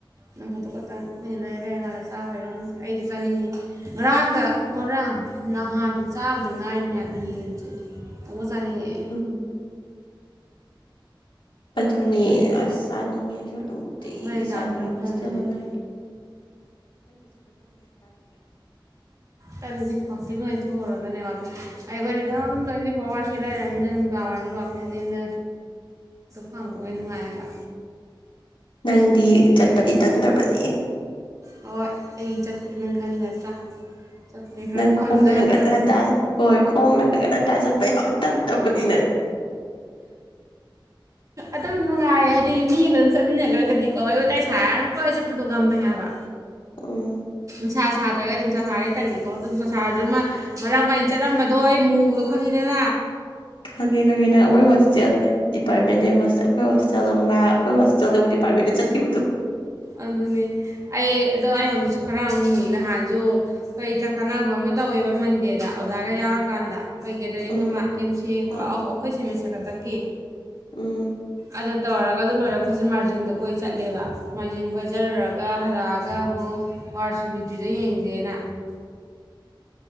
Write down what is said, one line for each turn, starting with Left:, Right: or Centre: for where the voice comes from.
Right: ꯅꯝ ꯍꯥꯊ ꯈꯛꯇꯪ ꯑꯣꯏꯩꯅ ꯂꯩꯔ ꯂꯩꯔ ꯀꯥꯟꯗ ꯆꯥꯕꯩꯔꯦ ꯑꯩꯁꯨ ꯆꯥꯅꯤꯡꯉꯦ ꯉꯔꯥꯡꯗ ꯉꯔꯥꯡ ꯅꯍꯥꯟꯗ ꯇꯥꯕꯗ ꯉꯥꯏ ꯃꯅꯦꯕ ꯌꯦꯡꯟꯁꯦ ꯎ ꯆꯥꯅꯤꯡꯉ
Left: ꯎꯝ ꯑꯗꯨꯅꯦ
Right: ꯍꯣꯔꯦꯟ
Left: ꯑꯁ ꯆꯥꯅꯤꯡꯉꯦ ꯁ ꯑꯗꯨ ꯎꯇꯇꯩꯒꯤ
Right: ꯍꯣꯔꯦꯟ ꯆꯥꯁꯤꯔ
Left: ꯆꯥꯅꯤꯡꯉ
Right: ꯈꯜꯂꯤꯅꯦ
Left: ꯆꯂ
Right: ꯑꯩꯗꯤ
Left: ꯂꯩ
Right: ꯇꯟꯗꯦ ꯋꯥꯛꯀꯤꯡ ꯑꯣꯢꯅ ꯊꯣꯛꯑꯨꯔꯒꯅꯦ ꯑꯩꯈꯣꯢꯗꯤ ꯗꯨꯝ ꯇꯣꯢꯟꯇꯤ ꯐꯋꯥꯔ ꯑꯋꯥꯔ ꯁꯤ ꯂꯩꯔꯝꯅꯤꯅ ꯅꯨꯡꯗꯥꯡꯋꯥꯢꯔꯝ ꯋꯥꯀꯤꯡꯅꯤꯅ ꯐꯪꯕ ꯅꯨꯡꯉꯥꯏꯔꯥ
Left: ꯅꯪꯗꯤ ꯆꯠꯄꯗꯤ ꯇꯟꯗꯕꯅꯤ
Right: ꯍꯣꯏ ꯑꯩ ꯆꯠꯇ꯭ꯔꯤ ꯅꯪ ꯈꯪꯉꯤ ꯅꯠꯇ꯭ꯔꯥ ꯆꯠꯄꯗꯤ ꯈꯔ
Left: ꯅꯪ
Right: ꯄꯥꯝꯖꯩꯕ
Left: ꯈꯣꯡꯅ ꯍꯪꯒꯠ
Right: ꯅꯪ
Left: ꯍꯟꯗꯥ ꯍꯣꯏ ꯈꯣꯡꯅ ꯍꯪꯒꯠ ꯍꯟꯗꯥ ꯆꯠꯄ ꯌꯥꯝ ꯇꯟꯗꯄꯒꯤꯅꯦ
Right: ꯑꯗꯨꯝ ꯅꯨꯡꯉꯥꯏꯌꯦ ꯍꯥꯏꯗꯤ ꯃꯤꯒ ꯑꯗꯨꯝ ꯆꯠꯃꯤꯟꯅꯈ꯭ꯔꯒꯗꯤ ꯀꯣ ꯑꯩ ꯋꯥꯇꯥꯏ ꯁꯥꯥꯏꯔꯒ ꯑꯗꯨꯝ ꯀꯣꯏ ꯆꯠꯄꯗꯣ ꯉꯝꯃꯦ ꯍꯥꯏꯕ
Left: ꯎꯝ
Right: ꯅꯨꯡꯁꯥ ꯁꯥꯗ꯭ꯔꯒꯗꯤ ꯅꯨꯡꯁꯥ ꯁꯥꯔꯁ ꯇꯜꯂꯤꯀꯣ ꯑꯗꯨꯝ ꯅꯨꯡꯁꯥ ꯁꯥꯔꯁꯨ ꯑꯃ ꯃꯔꯥꯛ ꯑꯃ ꯑꯩꯅ ꯆꯠꯂꯝꯕꯗꯣ ꯑꯩ ꯃꯨꯕꯗꯣ ꯈꯪꯉꯤꯗꯅ
Left: <unintelligible> ꯈꯪꯉꯦ ꯈꯪꯉꯦ ꯅ ꯑꯩꯈꯣꯏ ꯍꯣꯁꯇꯦꯜ ꯗꯤꯄꯥꯔꯠꯃꯦꯟꯗꯩ ꯑꯩꯈꯣꯏ ꯍꯣꯁꯇꯦꯜꯗꯛ ꯂꯥꯛ ꯑꯩꯈꯣꯏ ꯍꯣꯁꯇꯦꯜꯗꯗꯤ ꯗ ꯆꯠꯀꯤꯕꯨꯗꯣ
Right: ꯑꯗꯨꯅꯦ ꯑꯩ ꯑꯗꯣ ꯑꯩ ꯍꯧꯖꯤꯛꯁꯨ ꯈꯔ ꯑꯃꯨꯛ ꯃꯨꯏꯅ ꯍꯍꯥꯟꯁꯨ ꯑꯩꯣꯏ ꯆꯥꯛ ꯀꯥꯅꯕ ꯑꯃ ꯇꯧꯋꯦꯕ ꯃꯟꯗꯦꯗ ꯑꯣꯖꯥꯒ ꯌꯥꯎꯔꯀꯥꯟꯗ ꯑꯩꯈꯣꯏ ꯒꯦꯗꯔꯤꯡ
Left: ꯎꯝ
Right: ꯑꯃ ꯑꯦꯝ ꯁꯤ ꯑꯦꯀꯣ
Left: ꯎꯝ
Right: ꯑꯩꯈꯣꯏ ꯁꯦꯃꯤꯁꯇꯔ ꯈꯛꯇꯪꯒꯤ
Left: ꯎꯝ
Right: ꯑꯗ ꯇꯧꯔꯒ ꯑꯗꯨ ꯂꯣꯏꯔꯦ ꯑꯩꯈꯣꯏꯁꯨꯦ ꯃꯥꯔꯖꯤꯡꯗ ꯀꯣꯏ ꯆꯠꯂꯦꯕ ꯃꯥꯏꯖꯤꯡ ꯈꯣꯏꯁꯤꯜꯂꯨꯔꯒ ꯍꯜꯂꯛꯑꯒ ꯑꯃꯨꯛ ꯋꯥꯔꯁ ꯃꯤꯇ꯭ꯔꯤꯗ ꯌꯦꯡꯖꯦꯅ
Left: <unintelligible>